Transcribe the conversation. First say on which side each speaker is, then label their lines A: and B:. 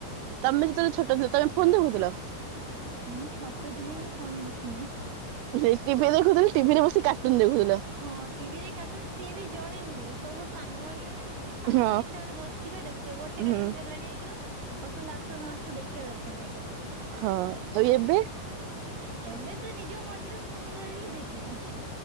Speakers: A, on the right; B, on the right.
A: ତମେ ଯେତବେଳେ ଛୋଟ ଥିଲ ତମେ ଫୋନ୍ ଦେଖୁଥୁଲ?
B: ମୁଁ ଛୋଟ ଥିନି ମୁଁ ଫୋନ ଦେଖିନେହିଁ।
A: ସେଇ ଟିଭିରେ ଦେଖୁଥିଲି ଟିଭିରେ ବସି କାଟୁନ ଦେଖୁଥୁଲ।
B: ହଁ ଟିଭି ରେ କାଟୁନ ସିଏ ବି ଜଣେ ନୁହେଁ ସବୁ ସାଙ୍ଗ ମାନ ମାନେ ପାଖାପାଖି
A: ହଁ
B: ଛୁଆ ମାନେ ବସିଥିବେ ଦେଖୁଥିବେ ଗୋଟେ କାଟୁନ
A: ହଁ
B: ଚଲାଣି ହେଇଥିବ ପସନ୍ଦ ଆସୁ ନ ଆସୁ ଦେଖିବା ଦରକାର ସେଇଟା।
A: ହଁ ଆଉ ଏବେ
B: ଏବେ ତ ନିଜ ମର୍ଜିର ଫୋନ୍ ଧରିଲୁ ଦେଖିଲୁ।